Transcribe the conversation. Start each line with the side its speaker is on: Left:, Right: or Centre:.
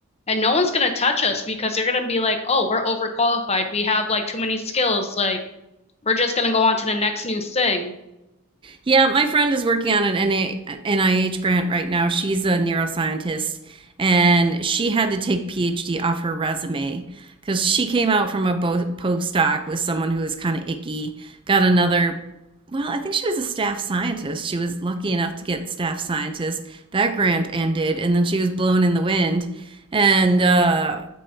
Left: and no one's gonna touch us because they're gonna be like, "Oh, we're overqualified. We have like too many skills. Like we're just gonna go on to the next new thing."
Right: Yeah, my friend is working on an NIH grant right now. She's a neuroscientist and she had to take PhD off her resume because she came out from a postdoc with someone who was kind of icky, got another. Well, I think she was a staff scientist. She was lucky enough to get staff scientist. That grant ended, and then she was blown in the wind. And uh,